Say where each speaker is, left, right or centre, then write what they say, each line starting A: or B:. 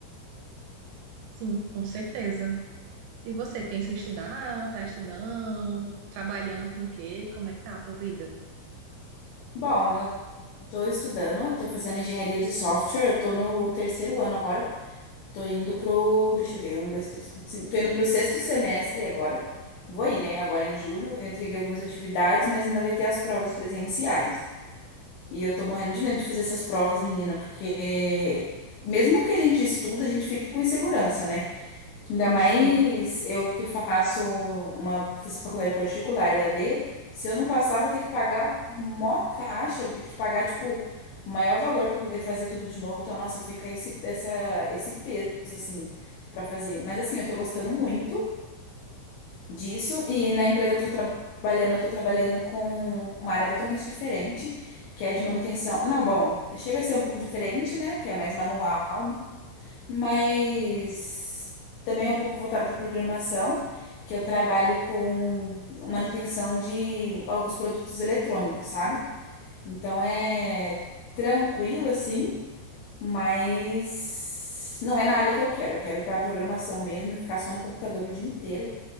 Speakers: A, on the right; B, on the left.
A: sim, com certeza. E você pensa em estudar? Tá estudando? Trabalhando com o quê? Como é que tá a tua vida?
B: Bom, eu tô estudando, eu tô fazendo engenharia de software, eu tô no terceiro ano agora, tô indo pro, deixa eu ver, um, dois, três, quatro, cinco, tô indo pro sexto semestre agora. Vou ir, né? Agora em julho, eu entreguei algumas atividades, mas ainda vai ter as provas presenciais. E eu tô morrendo de medo de fazer essas provas, menina, porque mesmo que a gente estuda, a gente fica com insegurança, né? Ainda mais
A: Sim.
B: eu que faço uma faço faculdade particular e AD, se eu não passar, vou ter que pagar mó taxa, vou ter que te pagar, tipo, o maior valor para poder fazer tudo de novo. Então, nossa, fica esse, essa, esse peso, assim, para fazer. Mas, assim, eu tô gostando muito disso. E na empresa que eu tô trabalhando, eu tô trabalhando com uma área totalmente diferente, que é de manutenção. Não, bom, chega a ser um pouco diferente, né? Que é mais manual, mas também é um pouco voltado para programação, que eu trabalho com manutenção de alguns produtos eletrônicos, sabe? Então é tranquilo assim, mas não é na área que eu quero. Eu quero para programação mesmo, e ficar só no computador o dia inteiro.